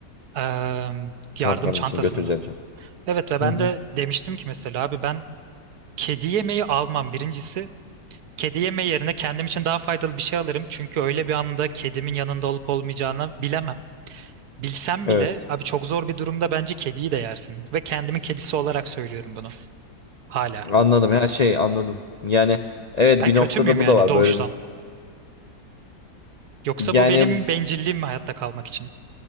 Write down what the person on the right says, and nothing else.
Ee,
yardım çantasını.
Evet ve ben
de
demiştim ki mesela abi ben kedi yemeği almam birincisi. Kedi yemeği yerine kendim için daha faydalı bir şey alırım. Çünkü öyle bir anda kedimin yanında olup olmayacağını bilemem. Bilsem
bile abi çok zor bir durumda bence kediyi de yersin. Ve kendimin kedisi olarak söylüyorum bunu. Hala.
Ben
kötü
müyüm
yani
doğuştan?
Yoksa
bu benim bencilliğim mi hayatta kalmak için?